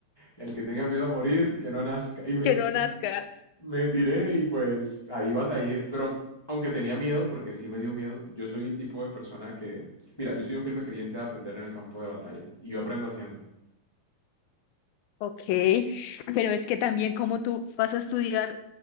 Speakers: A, on the left; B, on the left.
A: el que tenga miedo a morir, que no nazca. Y me,
B: que
A: tiré-
B: no nazca.
A: me tiré y pues ahí batallé. Pero aunque tenía miedo, porque sí me dio miedo, yo soy el tipo de persona que, mira, yo soy un firme creyente de aprender en el campo de batalla y yo aprendo haciendo.
B: Ok, pero es que también como tú vas a estudiar